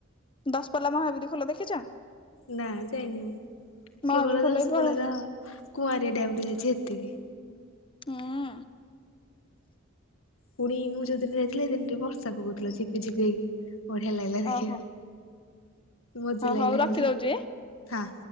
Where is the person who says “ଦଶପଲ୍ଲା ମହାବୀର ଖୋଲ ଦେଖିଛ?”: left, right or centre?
Left